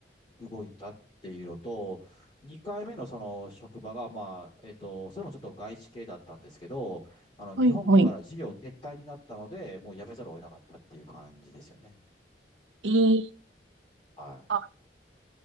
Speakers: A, on the left; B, on the right.
A: 動いたっていうのと、2回目のその職場が、まあ、えっと、それもちょっと外資系だったんですけど、あの、日本から事業撤退になったので、
B: はい、はい。
A: もう辞めざるを得なかったっていう感じですよね。
B: えー、
A: はい。
B: あ、